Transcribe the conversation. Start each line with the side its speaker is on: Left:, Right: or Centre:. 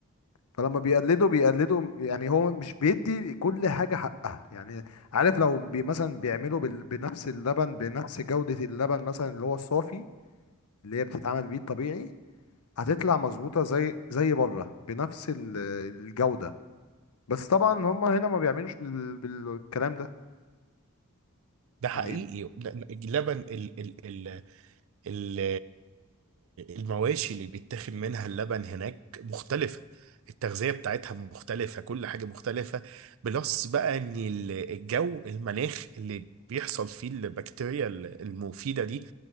Left: فلما بيقلدوا بيقلدوا يعني هو مش بيدي كل حاجة حقها يعني عارف لو بي مثلا بيعملوا بال- بنفس اللبن بنفس جودة اللبن مثلا اللي هو الصافي اللي هي بتتعمل بيه الطبيعي هتطلع مظبوطة زي زي بره بنفس ال- الجودة بس طبعا هم هنا ما بيعملوش بال- بالكلام ده
Right: ده حقيقي
Left: يعني
Right: لا- لا، اللبن ال ال ال ال المواشي اللي بيتاخد منها اللبن هناك مختلفة التغذية بتاعتها مختلفة كل حاجة مختلفة بلس بقى ان ال- الجو المناخ اللي بيحصل فيه البكتيريا ال- المفيدة دي